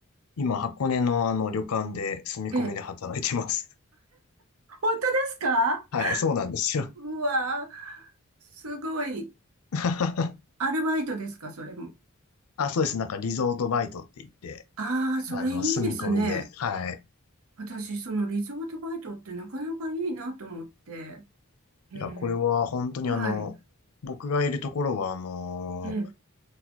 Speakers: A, on the left; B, on the right.
A: 今、箱根のあの旅館で住み込みで働いてます。
B: ええ。本当ですか
A: <laughs> はい、そうなんですよ。
B: うわー、すごい。
A: <laughs>
B: アルバイトですか、それも。
A: あ、そうです。なんかリゾートバイトって言って、
B: ああ、それいいですね。
A: あの、住み込みで。はい。
B: 私、そのリゾートバイトってなかなかいいなと思って、ええ、
A: いや、これは本当にあの、
B: はい、
A: 僕がいるところはあの、
B: ええ、